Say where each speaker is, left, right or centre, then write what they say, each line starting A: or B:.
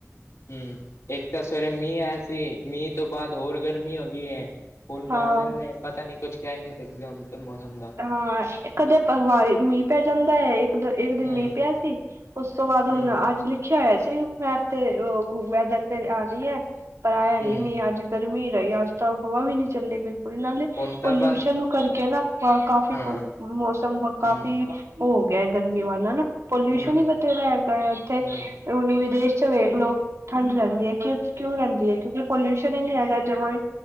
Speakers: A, on the left; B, on the right.
A: ਹੂੰ ਇੱਕ ਤਾਂ ਸਵੇਰੇ ਮੀਂਹ ਆਇਆ ਸੀ ਮੀਂਹ ਤੋਂ ਬਾਦ ਹੋਰ ਗਰਮੀ ਹੋ ਕੀ ਐ ਹੁਣ ਬਾਦਲ
B: ਹਾਂ।
A: ਨੇ ਪਤਾ ਨੀ ਕੁੱਛ ਕੈ ਹੀ ਨਈ ਸਕਦੇ ਹੁਣ ਤਾਂ ਮੌਸਮ ਦਾ
B: ਹਾਂ ਇਕ ਕਦੇ ਵਾਰੀ ਮੀਂਹ ਪੈ ਜਾਂਦਾ ਏ। ਦ ਇੱਕ ਦਿਨ
A: ਹੂੰ
B: ਮੀਂਹ ਪਿਆ ਸੀ ਉਸ ਤੋਂ ਬਾਦ
A: ਹੂੰ
B: ਹੁਣ ਅੱਜ ਲਿਖ ਦੇਖਿਆ ਹੋਇਆ ਸੀ ਮੈਪ ਤੇ ਓ ਵੈਦਰ ਤੇ ਆਉਣੀ ਹੈ ਪਰ ਆਇਆ ਨੀ
A: ਹੂੰ
B: ਮੀਂਹ ਅੱਜ ਗਰਮੀ ਰਈ ਅੱਜ ਤਾਂ ਹਵਾ ਵੀ ਨਈ ਚੱਲੇ ਬਿਲਕੁਲ ਨਾਲੇ
A: ਹੁਣ ਤਾਂ
B: ਪੋਲਿਊਸ਼ਨ
A: ਬਸ
B: ਨੂੰ ਕਰਕੇ ਨਾ ਕਾਫ਼ੀ
A: ਹਾਂ
B: ਮੌਸਮ ਕਾਫੀ
A: ਹੂੰ
B: ਹੋ ਗਿਆ ਗਰਮੀ ਵਾਲਾ ਨਾ। ਪੋਲਿਊਸ਼ਨ
A: ਹੂੰ
B: ਈ ਬਥੇਰਾ ਹੈਗਾ ਆ ਉੱਥੇ
A: ਹੂੰ
B: ਹੁਣ ਵਿਦੇਸ਼ 'ਚ ਵੇਖ ਲੋ। ਠੰਡ ਰੈਂਦੀ ਏ ਕਿ ਕਿਉਂ ਰੈਂਦੀ ਏ ਕਿਉਂਕਿ ਪੋਲਿਊਸ਼ਨ ਹੀ ਨਈ ਹੈਗਾ ਜਮਾ ਵੀ